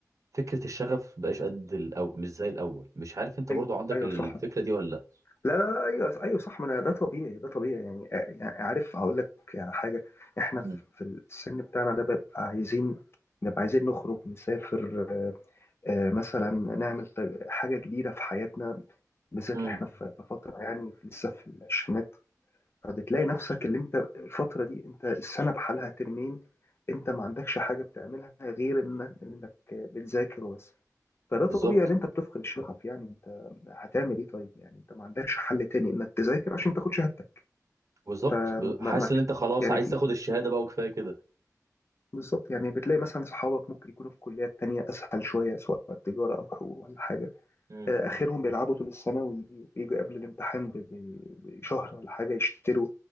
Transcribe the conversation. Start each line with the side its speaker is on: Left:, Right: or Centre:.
Right: فكرة الشغف مبقاش قد الأول مش زي الأول مش عارف أنت
Left: ايوه
Right: برضو عندك
Left: ايوه
Right: الفكرة
Left: صح
Right: دي ولا
Left: لا لا لا، ايوه ايوه صح ما انا ده طبيعي ده طبيعي يعني, يعني عارف هقول لك يعني حاجه احنا
Right: لأ
Left: في في السن بتاعنا ده بيبقى عايزين نبقى عايزين نخرج نسافر آه مثلا نعمل ت- حاجه جديده في حياتنا بالذات
Right: امم
Left: اللي احنا في في فتره يعني لسه في العشرينات فبتلاقي نفسك اللي انت الفترة دي انت السنة بحالها ترمين انت ما عندكش حاجة بتعملها غير انك انك بتذاكر وبس فده طبيعي
Right: بالظبط
Left: ان انت بتفقد الشغف يعني انت هتعمل ايه طيب يعني انت ما عندكش حل تاني انك تذاكر عشان تاخد شهادتك
Right: بالظبط
Left: فما
Right: ب- حاسس
Left: ما
Right: ان انت خلاص
Left: يعني
Right: عايز
Left: في
Right: تاخد الشهاده بقى وكفايه كده
Left: بالظبط يعني بتلاقي مثلا صحابك ممكن يكونوا في كليات تانية اسهل شوية سواء تجارة او حقوق ولا حاجة
Right: امم
Left: آه، اخرهم بيلعبوا طول السنة ويجوا يجوا قبل الامتحان ب- ب- بشهر ولا حاجة يشتروا